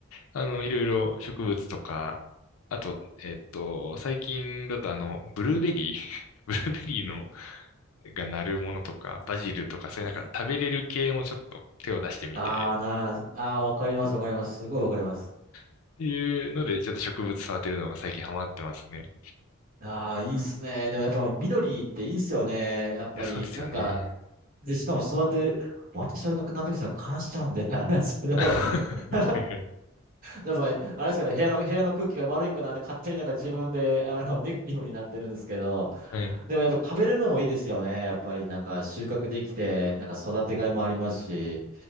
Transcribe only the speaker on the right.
うん。
えーああ、なあ、あーわかります、わかります。すごいわかります。
ああ、いいっすね。でもやっぱ緑っていいっすよね。やっぱり、
なんか、で、しかも育て、私はなんかなんとかさ、悲しちゃうんで、<laughs> あれなんですけど、
<laughs> やっぱり、あれですかね、部屋の、部屋の空気が悪いんかなって勝手になんか自分で、あの、ネガティブになってるんですけど、
でもやっぱ食べれるのもいいですよね。やっぱりなんか収穫できて、なんか育てがいもありますし。